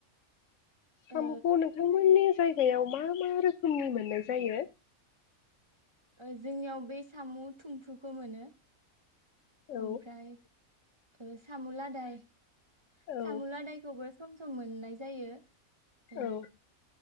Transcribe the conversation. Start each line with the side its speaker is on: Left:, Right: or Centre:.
Left: सामुखौ
Right: ओ
Left: नोंथांमोननि जायगायाव मा मा रोखोमनि मोननाय जायो?
Right: ओ जोंनियाव बै सामु थुमफ्रुखौ मोनो।
Left: औ
Right: ओमफ्राय ओ सामुलादाय
Left: औ
Right: सामु लादायखौबो सम सम मोननाय जायो।
Left: औ
Right: ओ